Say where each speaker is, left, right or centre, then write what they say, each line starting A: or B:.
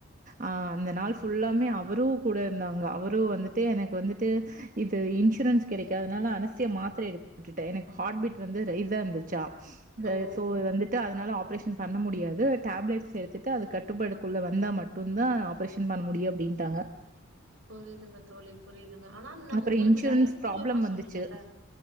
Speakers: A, on the right; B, on the right.
A: ஆ அந்த நாள் ஃபுல்லாமே அவரு கூட இருந்தாங்க அவரு வந்துட்டு எனக்கு வந்துட்டு இது இன்சூரன்ஸ் கிடைக்காதனால அனஸ்த்தியா மாத்திரை எடுத்துகிட்டே எனக்கு ஹார்ட் பீ்ட் வந்து ரைஸா தா இருந்துச் ச்சா
B: ஓ!
A: சோ வந்துட்டு அதனால ஆப்ரேஷன் பண்ண முடியாது டேப்லெட்ஸ் எடுத்துட்டு அது கட்டுப்பாடுக்குள்ள வந்தா மட்டும்தா ஆப்ரேஷன் பண்ண முடியும் அப்படின்ட்டாங்க
B: புரியுதுங்க தோழி புரியுதுங்க ஆனா நம்ம
A: அப்புறம்
B: உங்களுக்கு
A: இன்சூரன்ஸ்
B: டயட் மூலியமா
A: ப்ராப்ளம் வந்துச்சு.
B: சொன்னீங்கல்ல